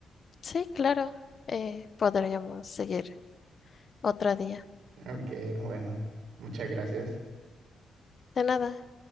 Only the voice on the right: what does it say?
Ok, bueno, muchas gracias.